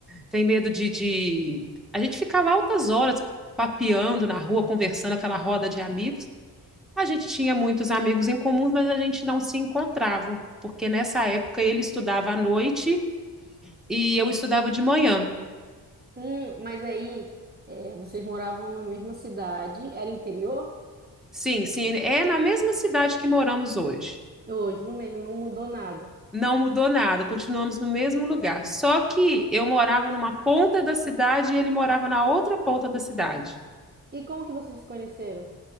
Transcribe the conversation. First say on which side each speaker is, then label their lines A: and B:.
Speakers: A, in the centre; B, on the right.
A: Tem medo de, de... A gente ficava altas horas papeando na rua, conversando, aquela roda de amigos. A gente tinha muitos amigos em comuns, mas a gente não se encontrava, porque nessa época ele estudava à noite e eu estudava de manhã.
B: Hum, mas aí, é, vocês moravam na mesma cidade, era interior?
A: Sim, sim, é na mesma cidade que moramos hoje.
B: Hoje, no mesmo, não mudou nada.
A: Não mudou nada, continuamos no mesmo lugar. Só que eu morava numa ponta da cidade e ele morava na outra ponta da cidade.
B: E como que vocês se conheceram?